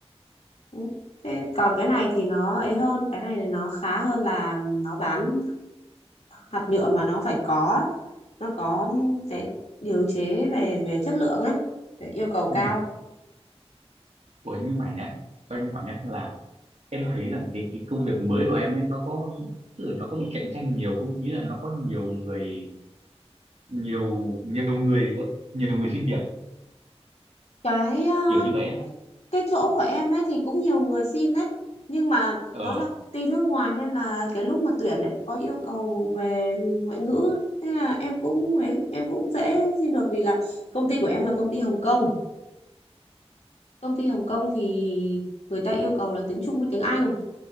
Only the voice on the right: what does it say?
ừ. Ủa nhưng mà nhá, cho anh hỏi nhá là em thấy rằng cái cái công việc mới của em ấy nó có tức là nó có bị cạnh tranh nhiều không? Ý là nó có nhiều người nhiều nhiều người có nhiều người xin việc
kiểu như vậy ấy.
Ờ,